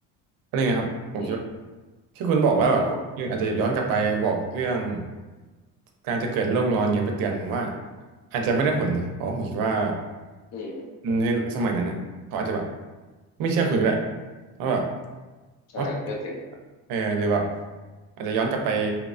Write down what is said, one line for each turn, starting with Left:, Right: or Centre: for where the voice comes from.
Right: ก็นี่นะครับผมคิดว่า
Left: อืม
Right: ที่คุณบอกว่าแบบอออาจจะย้อนกลับไปบอกเรื่อง
Left: ครับผม
Right: การจะเกิดโลกร้อนเงี้ยไปเตือนผมว่าอาจจะไม่ได้ผลนะเพราะผมคิดว่า
Left: อืม
Right: อืมในสมัยนั้นอ่ะเขาอาจจะแบบไม่เชื่อคุณก็ได้ว่าแบบ
Left: ใช่ก็จริง
Right: ว่าเออหรือแบบอาจจะย้อนกลับไป